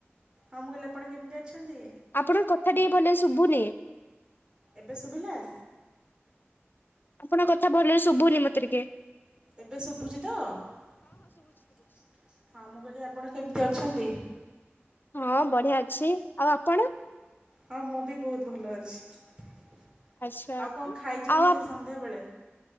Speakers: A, on the right; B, on the left.
A: ହଁ ମୁଁ କହିଲି ଆପଣ କେମିତି ଅଛନ୍ତି?
B: ଆପଣଙ୍କ କଥା ଟିକେ ଭଲରେ ଶୁଭୁନି।
A: ଏବେ ଶୁଭିଲା?
B: ଆପଣଙ୍କ କଥା ଭଲରେ ଶୁଭୁନି ମତେ ଟିକେ।
A: ଏବେ ଶୁଭୁଚି ତ ହଁ ମୁଁ କହିଲି ଆପଣ କେମିତି ଅଛନ୍ତି?
B: ହଁ ବଢିଆ ଅଛି। ଆଉ ଆପଣ?
A: ହଁ ମୁଁ ବି ବହୁତ ଭଲ ଅଛି। ଆଉ
B: ଆଚ୍ଛା
A: କଣ ଖାଇଚନ୍ତି
B: ଆଉ
A: ଆଜି
B: ଆପ
A: ସନ୍ଧ୍ୟାବେଳେ?